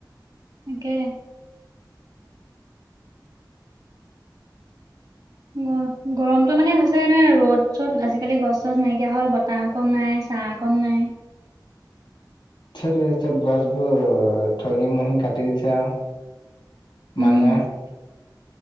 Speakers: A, on the right; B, on the left.
A: একে। গ গৰমতটো মানে হৈছে এনে ৰ'দ চ'দ আজিকালি, গছ - চছ নাইকিয়া হ'ল বতাহকো নাই চাহ কন নাই।
B: সেইটোৱে চব গছবোৰ থহি মহি কাটি দিছে আৰু
A: উম
B: মানুহে।